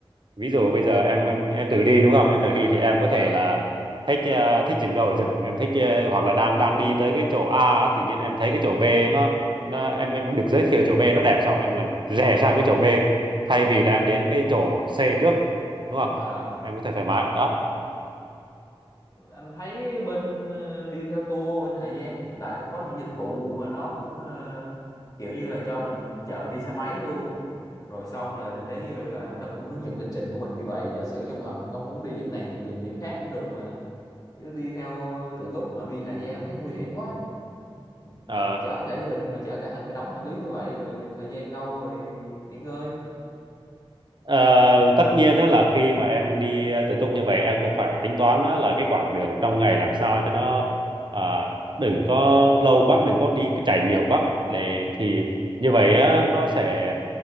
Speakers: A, on the right (about 55°); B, on the left (about 40°).
A: ví dụ bây giờ em
B: ủa.
A: em em tự đi đúng không em tự
B: À,
A: đi thì em có
B: à,
A: thể là thích ờ, thích dừng đầu ở rừng em thích ờ, hoặc là đang đang đi tới cái chỗ A á, tự nhiên em thấy cái chỗ B nó nó em em được giới thiệu chỗ B nó đẹp xong em là rẽ sang cái chỗ B thay vì là em đến cái chỗ C trước đúng không
B: à.
A: em có thể thoải mái đó
B: anh thấy bên ờ, đi theo tour bên Hà Giang hiện tại cũng có những dịch vụ mà nó cũng ờ, kiểu như là cho mình chở mình đi xe máy luôn rồi xong là nếu như là nó cũng hướng dẫn lịch trình của mình như vậy giả sử trong hợp mình không muốn đi điểm này mình dừng điểm khác cũng được mà chứ đi theo ờ, tự túc mà đi Hà Giang anh thấy nguy hiểm quá
A: Ờ,
B: mà chở cả gia đình rồi chở cả hành cái đống hành lý như vậy rồi thời gian đâu rồi nghỉ ngơi
A: Ờ, tất nhiên á, là khi mà em đi ờ, tự túc như vậy em cũng phải tính toán á, là cái quãng đường trong ngày làm sao cho nó à, đừng có lâu quá đừng có đi chạy nhiều quá để thì như vậy á, nó sẽ